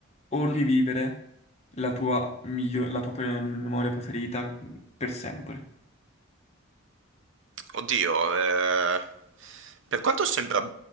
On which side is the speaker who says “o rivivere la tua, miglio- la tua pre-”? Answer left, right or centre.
Left